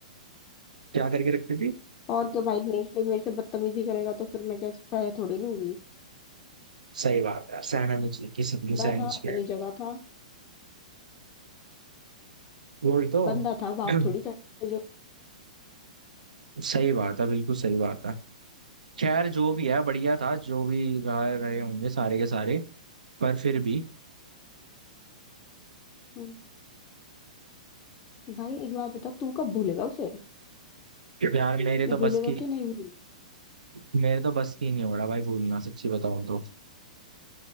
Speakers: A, on the right; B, on the left.
A: क्या करके रखती थी
B: और क्या भाई मेरे से मेरे से बदतमीजी करेगा तो फिर मैं क्या सह थोड़ी लूंगी
A: सही बात है सहना नहीं चाहिए किसी भी
B: बंदा
A: सहना
B: था
A: चाहिए
B: अपनी जगह था
A: वही तो
B: बंदा था बाप
A: <clears throat>
B: थोड़ी था जो
A: सही बात है बिल्कुल सही बात है खैर जो भी है बढ़िया था जो भी रहा रहे होंगे सारे के सारे पर फिर भी
B: हम्म। भाई एक बात बता तू कब भूलेगा उसे
A: यार मेरे
B: तू
A: तो
B: भूलेगा
A: बस की
B: कि नहीं भूलेगा
A: मेरे तो बस की नहीं हो रहा भाई भूलना सच्ची बताऊं तो